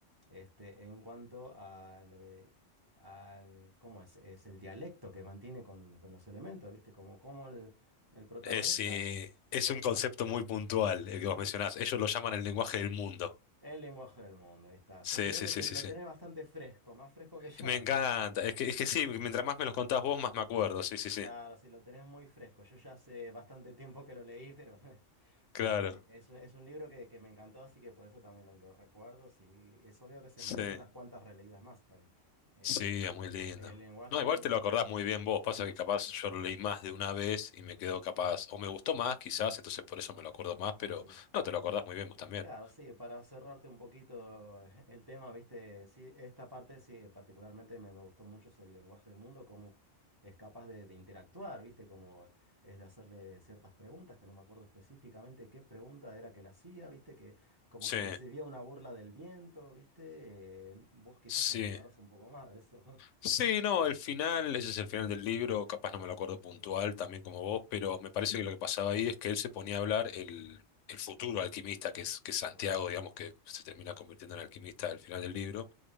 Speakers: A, on the right; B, on the left.
A: este, en cuanto a lo que, al, ¿cómo es? Es el dialecto que mantiene con, con los elementos, ¿viste? Como, como el, el protagonista
B: Es, eh, es
A: entra,
B: un concepto muy puntual el
A: es
B: que vos mencionás. Ellos lo llaman el lenguaje del mundo.
A: el lenguaje del mundo, ahí está.
B: Sí,
A: Se, se ve
B: sí,
A: que
B: sí,
A: te-
B: sí,
A: lo
B: sí.
A: tenés bastante fresco, más fresco que yo,
B: Me
A: Ali.
B: encanta. Es que, es que sí, mientras más me los contás vos, más me acuerdo. Sí, sí, sí.
A: Claro, si lo tenés muy fresco. Yo ya hace bastante tiempo que lo leí, pero <laughs>
B: Claro.
A: no, sí, es, un- es un libro que, que me encantó, así que por eso también lo, lo recuerdo. Sí, es obvio que se
B: Sí.
A: merece unas cuantas releídas más también. Este,
B: Sí,
A: sí,
B: es muy lindo.
A: el lenguaje
B: No,
A: del...
B: igual te lo acordás muy bien vos. Pasa que capaz yo lo leí más de una vez y me quedó capaz. O me gustó más, quizás, entonces por eso me lo acuerdo más,
A: Así.
B: pero no, te lo acordás muy bien vos también.
A: Claro, sí, para cerrarte un poquito <laughs> el tema, viste, sí, esta parte sí, particularmente me, me gustó mucho es el lenguaje del mundo, cómo es capaz de, de interactuar, viste, cómo es de hacerle ciertas preguntas, que no me acuerdo específicamente qué pregunta era que le hacía, viste, que como
B: Sí,
A: que recibía una burla del viento, viste, eh, vos quizás
B: sí.
A: te acordarás un poco más de eso.
B: Sí, no, el final, ese es el final del libro, capaz no me lo acuerdo puntual también como vos, pero me parece que lo que pasaba ahí es que él se ponía a hablar el, el futuro alquimista, que es, que es Santiago,
A: <laughs> Ujú.
B: digamos, que se termina convirtiendo en alquimista al final del libro,